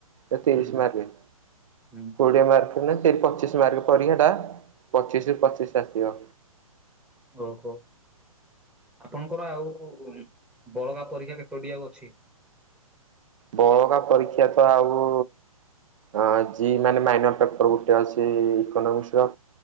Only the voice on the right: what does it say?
ଏ ତିରିଶ
ମାର୍କେ।
କୋଡିଏ ମାର୍କ ନୁହୁଁ ସେ ପଚିଶ ମାର୍କ ପରୀକ୍ଷା ଟା ପଚିଶ ରୁ ପଚିଶ ଆସିବ।
ବଳକା ପରୀକ୍ଷା ତ ଆଉ ଆଜି ମାନେ ମାଇନସ ପେପର ଗୁଟେ ଅଛି ଇକୋନୋମିକ୍ସ ର।